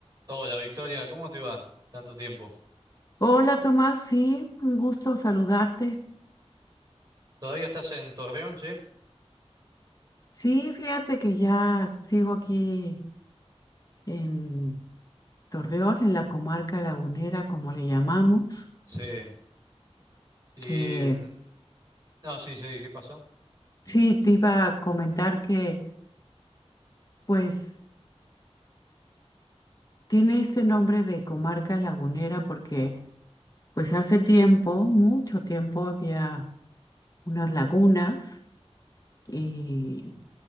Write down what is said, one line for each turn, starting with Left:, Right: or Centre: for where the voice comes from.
Right: Hola Victoria, ¿cómo te va? Tanto tiempo.
Left: Hola Tomás, sí, un gusto saludarte.
Right: ¿Todavía estás en Torreón, sí?
Left: Sí, fíjate que ya sigo aquí en Torreón, en la comarca lagunera, como le llamamos,
Right: Sí. Y...
Left: que
Right: mm, No, sí, sí, ¿qué pasó?
Left: sí, te iba a comentar que pues tiene este nombre de comarca lagunera porque pues hace tiempo, mucho tiempo, había unas lagunas y